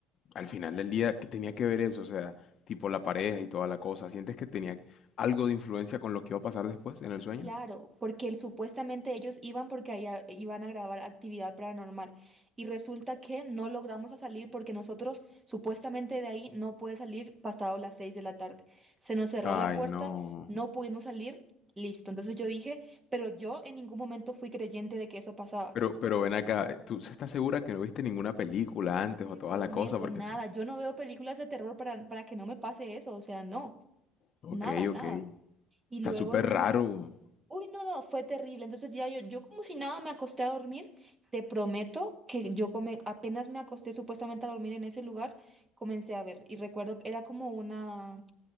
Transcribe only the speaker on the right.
Claro, porque el- supuestamente ellos iban porque allá iban a grabar actividad paranormal y resulta que no logramos a salir porque nosotros supuestamente de ahí no puede salir pasado las seis de la tarde. Se nos cerró
la puerta,
no pudimos salir, listo. Entonces yo dije, pero yo en ningún momento fui creyente de que eso pasaba.
Te
prometo
nada,
yo no veo películas de terror para, para que no me pase eso, o sea, no,
nada, nada.
Y
luego
entonces...
Uy, no, no, fue terrible. Entonces ya yo, yo como si nada me acosté a dormir. Te prometo que yo come, apenas me acosté supuestamente a dormir en ese lugar, comencé a ver. Y recuerdo, era como una,